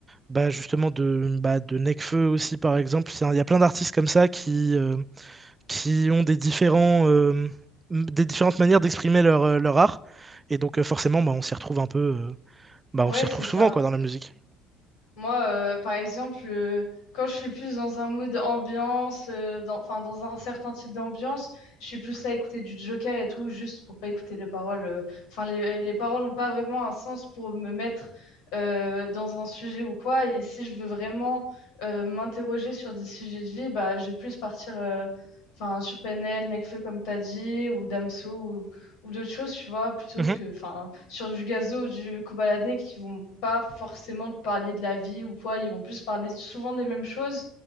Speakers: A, on the right (about 25°); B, on the left (about 70°).
A: bah, justement de, bah, de Nekfeu aussi par exemple. C'est un- Il y a plein d'artistes comme ça qui, euh, qui ont des différents, euh, des différentes manières d'exprimer leur, euh, leur art. Et donc euh, forcément, bah, on s'y retrouve un peu, euh, bah,
B: Ouais,
A: on s'y
B: c'est
A: retrouve
B: ça.
A: souvent quoi dans la musique.
B: Moi, euh, par exemple, euh, quand je suis plus dans un mood ambiance, euh, dans, enfin, dans un certain type d'ambiance, je suis plus à écouter du Joker et tout, juste pour pas écouter les paroles. euh. Enfin, les, les paroles n'ont pas vraiment un sens pour me mettre euh, dans un sujet ou quoi. Et si je veux vraiment euh, m'interroger sur des sujets de vie, bah, je vais plus partir euh, enfin, sur PNL, Nekfeu, comme t'as dit, ou Damso, ou d'autres choses, tu vois, plutôt
A: Mhm.
B: que enfin sur du gazo ou du cobaladé qui vont pas forcément te parler de la vie ou quoi, ils vont plus parler souvent des mêmes choses,